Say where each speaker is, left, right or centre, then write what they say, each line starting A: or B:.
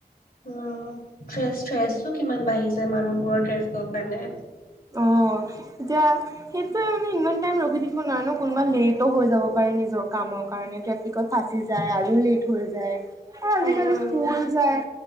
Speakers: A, on the left; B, on the right.
A: উম থ্ৰেচ থ্ৰেচো কিমান বাঢ়িছে মানুহবোৰৰ টেষ্ট কাৰণে
B: অ এতিয়া সেইটোৱে মানে ইমান টাইম ৰখি থাকিব নোৱাৰে ন কোনোবা লেটো হৈ যাব পাৰে নিজৰ কামৰ কাৰণে টেফ্ৰিকট ফাঁচি যায় আৰু লেট হৈ যায় এ আজিকালি
A: উম
B: স্কুল যায়